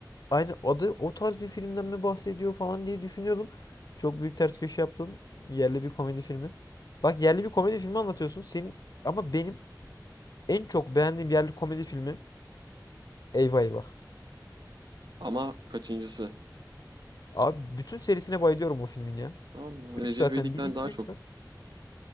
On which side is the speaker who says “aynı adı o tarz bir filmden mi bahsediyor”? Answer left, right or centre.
Left